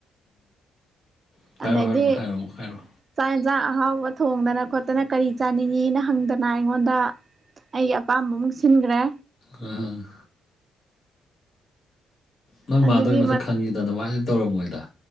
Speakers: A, on the left (about 50°); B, on the right (about 35°).
A: ꯎꯝ ꯍꯥꯏꯔꯣ
B: ꯑꯗꯗꯤ
A: ꯍꯥꯏꯔꯣ ꯃꯈꯥ ꯍꯥꯏꯔꯣ ꯃꯈꯥ ꯍꯥꯏꯔꯣ
B: ꯆꯥꯛ ꯌꯦꯟꯁꯥꯡ ꯑꯍꯥꯎꯕ ꯊꯣꯡꯗꯅ ꯈꯣꯠꯇꯅ ꯀꯔꯤ ꯆꯥꯅꯤꯡꯉꯤꯅ ꯍꯪꯗꯅ ꯑꯩꯉꯣꯟꯗ ꯑꯩꯒꯤ ꯑꯄꯥꯝꯕ ꯑꯃꯨꯛ ꯁꯤꯟꯈ꯭ꯔꯦ
A: ꯎꯝ ꯅꯣꯏ
B: ꯑꯗꯨꯒꯤ
A: ꯃꯥꯥꯟꯗꯣꯏꯩ ꯃꯁꯛ ꯈꯪꯉꯤꯗꯅ ꯑꯗꯨꯃꯥꯏꯅ ꯇꯧꯔꯝꯃꯣꯏꯗ